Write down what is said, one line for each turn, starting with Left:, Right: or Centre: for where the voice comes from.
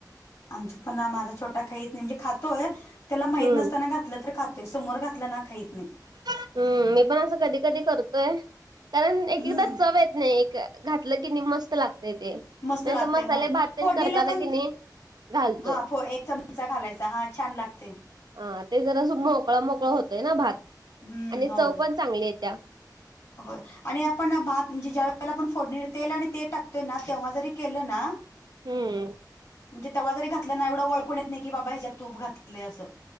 Left: आमच्यात पण माझा छोटा खाईत नाहीे म्हजे खातोय त्याला माहित
Right: हम्म.
Left: नसताना घातलं तर खातोय समोर घातलं ना खहीत नाही.
Right: हम्म मी पण असं कधी कधी करतोय कारण एक
Left: हम्म
Right: एकदा चव येत नाही एक घातलं की नाही मस्त लागतय ते
Left: मस्त
Right: मी
Left: लागते
Right: असं मसाले
Left: हा
Right: भात तेन
Left: फोडणीला
Right: करताना
Left: पण
Right: की नाही घालतोय
Left: हा फ एक चमचा घालायचा हा छान लागते.
Right: हा ते जरा मोकळा मोकळा होतोय ना भात
Left: हम्म
Right: आणि
Left: होय
Right: चव पण चांगली आहे त्या
Left: होय. आणि आपण भात म्हणजे ज्या वेळेला आपण फोडणी तेल आणि ते टाकतोय ना तेव्हा जरी केलं ना
Right: हम्म
Left: म्हणजे तेव्हा जरी घातल्या ना एवढं वळून येत नाही की बाबा ह्याच्यात तूप घातले असं